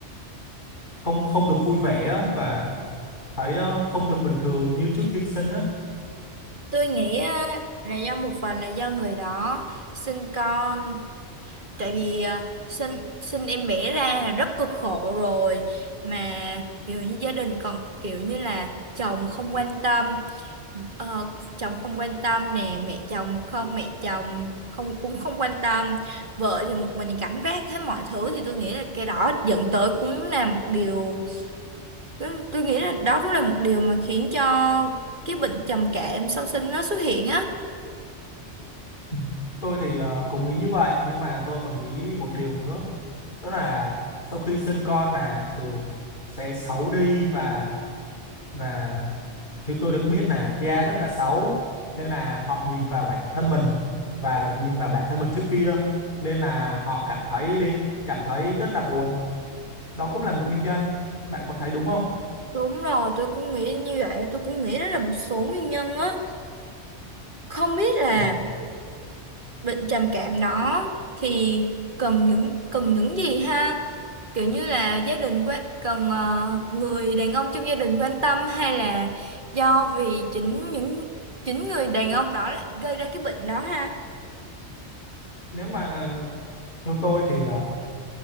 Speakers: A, on the left; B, on the right.
A: không không được vui vẻ á, và thấy ờ, không được bình thường như trước khi sinh á
B: Tôi nghĩ à, là do một phần là do người đó sinh con, tại vì à, sinh sinh em bé ra là rất cực khổ rồi mà kiểu như gia đình còn kiểu như là chồng không quan tâm, ờ, chồng không quan tâm nè, mẹ chồng không mẹ chồng không cũng không quan tâm, vợ thì một mình gánh vác hết mọi thứ thì tôi nghĩ là cái đó dẫn tới cũng là một điều Tôi, tôi nghĩ là đó cũng là một điều mà khiến cho cái bệnh trầm cảm sau sinh nó xuất hiện á.
A: Ừ. tôi thì ờ, cũng nghĩ như vậy nhưng mà tôi còn nghĩ một điều nữa đó là sau khi sinh con là thường sẽ xấu đi và và thứ tôi được biết là da rất là xấu nên là họ nhìn vào bản thân mình và nhìn vào bản thân mình trước kia nên là họ cảm thấy đi cảm thấy rất là buồn đó cũng là một nguyên nhân bạn có thấy đúng không
B: Đúng rồi, tôi cũng nghĩ như vậy, tôi cũng nghĩ đó là một số nguyên nhân á. Không biết là
A: Ừ.
B: bệnh trầm cảm đó thì cần những cần những gì ha? Kiểu như là gia đình quan cần ờ, người đàn ông trong gia đình quan tâm hay là do vì chính những chính người đàn ông đó lại gây ra cái bệnh đó ha?
A: nếu mà theo tôi thì ờ,